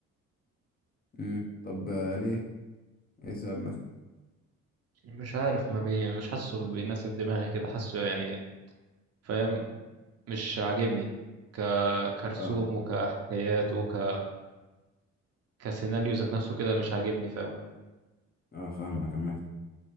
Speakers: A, on the left; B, on the right.
A: مم. طب آه، ليه؟ إيه السبب مثلا؟
B: مش عارف ما بي مش حاسه بيناسب دماغي كده حاسه يعني فاهم مش عاجبني ك كرسوم
A: اه
B: وكحكايات وك كسيناريو ذات نفسه كده مش عاجبني فاهم
A: اه فاهمك عامة